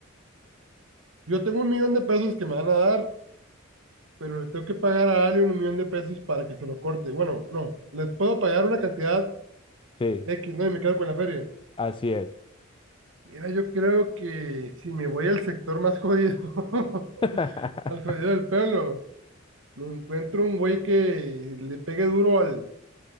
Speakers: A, on the right (about 70°); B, on the left (about 25°).
A: yo tengo un millón de pesos que me van a dar pero le tengo que pagar a alguien un millón de pesos para que se lo corte. Bueno, no, le puedo pagar una cantidad
B: Sí,
A: X, ¿no? Y me quedo con la feria.
B: así es.
A: Mira, yo creo que si me voy al sector más jodido, <laughs>
B: <laughs>
A: al jodido del pueblo, me encuentro un güey que le pegue duro al,